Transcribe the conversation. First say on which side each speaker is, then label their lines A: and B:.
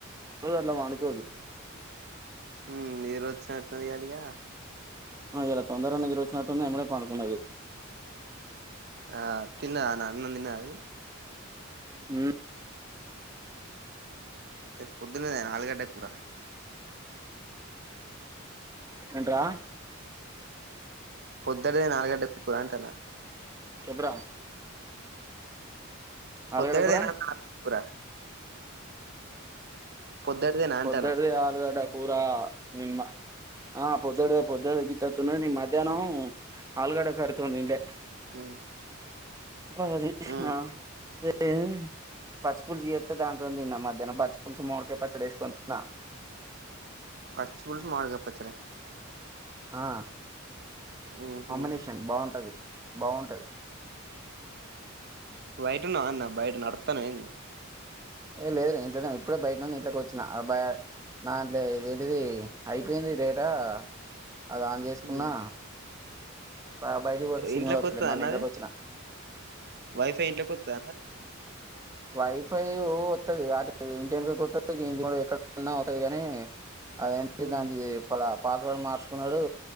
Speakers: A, on the right (about 15°); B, on the right (about 50°).
A: రోజు అట్ల పండుకోదు
B: ఉమ్ చేతది గద ఇగ
A: ఆ ఇయాలా తొందరనే నిద్రించినట్టుంది ఎమ్మటే పండుతున్నది
B: ఆ తిన్ననాన్న తిన్నద అది
A: ఉమ్
B: పొద్దున్నదే ఆలుగడ్డ కూరా
A: ఏంట్రా
B: పొద్దడిదేనా ఆలుగడ్డ కూర అంటనా
A: చెప్పురా ఆలుగడ్డ
B: కొద్దడిదేనా
A: కూర
B: అన్న ఆలుగడ్డ కూర పొద్దటిదేనా అంటానా
A: పొద్దగడిదే ఆలుగడ కురా నిమ్మ ఆ పొద్దడిదే పొద్దుడ గితతునాది నిం మధ్యాహ్నం ఆల్గడ కర్రీ తోనీ తినలే
B: ఉమ్
A: ప <unintelligible>
B: ఉమ్
A: ఏ పచ్చి పులుసు చేస్తే దాంతో ఉంది నా మధహ్న పచ్చి పులుసు మామిడికాయ పచ్చడి వేసుకుని కొని తిన్నా
B: పచ్చి పులుసు మామిడికాయ పచ్చడి
A: ఆ
B: ఉహు
A: కాంబినేషన్ బావుంటది బావుంటది
B: బయటన్నా అన్న బయట నడతావా ఏంది
A: ఏ లేదు ఇంట్లో ఇప్పుడే బయట నుండి ఇంట్లోకి వచ్చిన నాంట్ ఇది ఏంటిది అయిపోయింది డేటా అది ఆన్ చేసుకున్నా
B: ఉమ్
A: బాబా బయట సిగ్నల్
B: ఇంట్లోకి
A: వాతలే
B: వత్తదా
A: మల్లి
B: అన్న
A: ఇంట్లోకి
B: అది
A: వచ్చినా
B: వైఫై ఇంట్లో కొత్తదా
A: వైఫై వస్తుది అ ఇంటి వెనక్కి వాతది ఎక్కడన్నా వతది కానీ అదేంటి
B: ఉమ్
A: దాంటి ప పాస్వర్డ్ మార్చుకున్నాడు